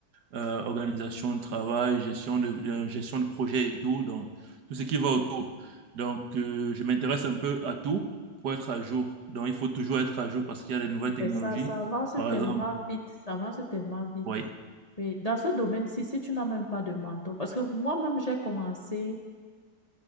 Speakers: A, on the right; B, on the left.
A: euh, organisation de travail, gestion de, de- gestion de projet et tout, donc tout ce qui va autour. Donc, euh, je m'intéresse un peu à tout pour être à jour. Donc, il faut toujours être à jour parce qu'il y a les nouvelles technologies.
B: Et ça, ça avance
A: Par
B: tellement
A: exemple,
B: vite, ça avance tellement vite.
A: oui.
B: Oui, dans ce domaine-ci, si tu n'as même pas de mentor, parce que moi-même, j'ai commencé